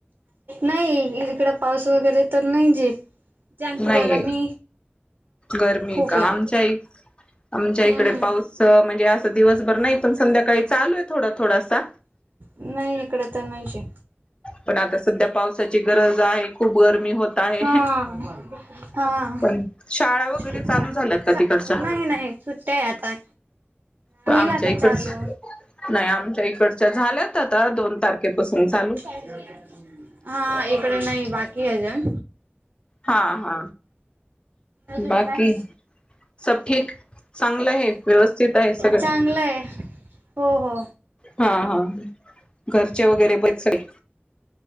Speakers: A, on the right (about 55°); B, on the left (about 25°).
A: नाही इकड पाऊस वगैरे तर नाही. जे
B: नाहीये
A: गरमी,
B: गरमी
A: खूप
B: का,
A: आहे
B: आमच्या आमच्या इकडे
A: हम्म
B: पाऊस म्हणजे असं दिवसभर नाही पण, संध्याकाळी चालू आहे थोडा थोडासा,
A: नाही इकडं तर नाही च,
B: पण आता सध्या पावसाची गरज आहे खूप गरमी होत आहे,
A: हा हा
B: पण शाळा वगैरे
A: पण
B: चालू झाल्यात का तिकडच्या,
A: नाही नाही सुट्ट्या आहे आता
B: पण
A: होईल
B: आमच्या
A: आता
B: इकडच
A: चालू
B: नाही आम, आमच्या इकडच्या झाल्यात आता दोन तारखेपासून चालू,
A: हा इकड नाही बाकी आहेजण,
B: हा हा,
A: अजून
B: बाकी
A: काय,
B: सब ठीक चांगलं आहे व्यवस्थित आहे सगळं
A: चांगलं आहे. हो हो,
B: हा हा घरचे वगैरे बरे सगळे,